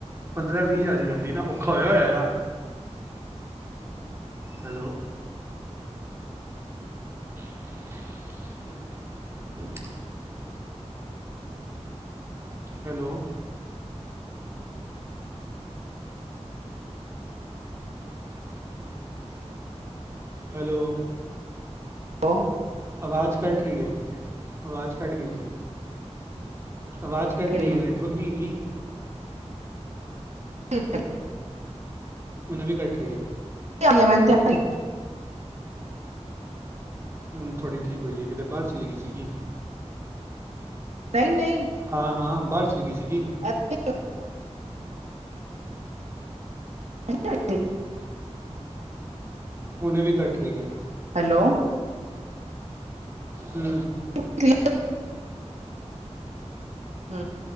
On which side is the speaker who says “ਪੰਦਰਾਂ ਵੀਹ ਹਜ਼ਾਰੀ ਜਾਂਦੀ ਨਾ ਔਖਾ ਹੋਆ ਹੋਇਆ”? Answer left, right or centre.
Right